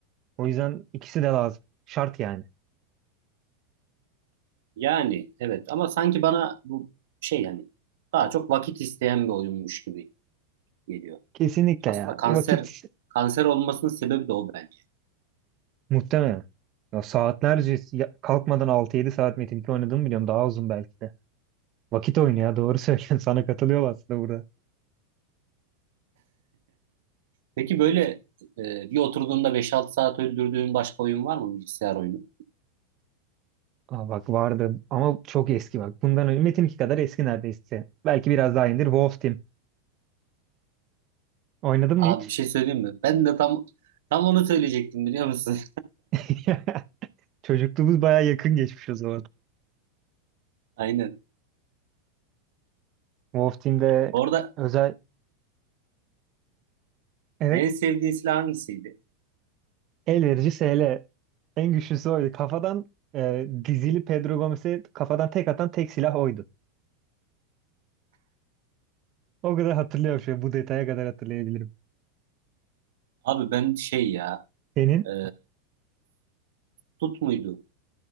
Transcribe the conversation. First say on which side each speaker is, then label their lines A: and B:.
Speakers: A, on the right (about 40°); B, on the right (about 65°).
A: O yüzden ikisi de lazım. Şart yani.
B: Yani evet ama sanki bana bu şey yani daha çok vakit isteyen bir oyunmuş gibi geliyor.
A: Kesinlikle
B: Aslında
A: ya.
B: kanser
A: Vakit
B: kanser olmasının sebebi de o bence.
A: muhtemelen. Ya saatlerce ya- kalkmadan altı yedi saat Metin 2 oynadığımı biliyorum. Daha uzun belki de. Vakit oyunu ya doğru söylüyorsun. <laughs> Sana katılıyorum aslında burada.
B: Peki böyle e, bir oturduğunda beş altı saat öldürdüğün başka oyun var mı bilgisayar oyunu?
A: Aa, bak vardı ama çok eski bak. Bundan önce Metin 2 kadar eski neredeyse. Belki biraz daha indir. Wolf Team. Oynadın mı
B: Abi
A: hiç?
B: bir şey söyleyeyim mi? Ben de tam tam onu söyleyecektim biliyor musun?
A: <laughs> Çocukluğumuz baya yakın geçmiş o zaman.
B: <laughs> Aynen.
A: Wolf Team'de
B: Orada
A: özel evet
B: en sevdiğin silah hangisiydi?
A: el verici SL. En güçlüsü oydu. Kafadan e, dizili Pedro Gomez'e kafadan tek atan tek silah oydu. O kadar hatırlıyorum şu an, bu detaya kadar hatırlayabilirim.
B: Abi ben şey ya
A: Senin
B: e, Tut muydu?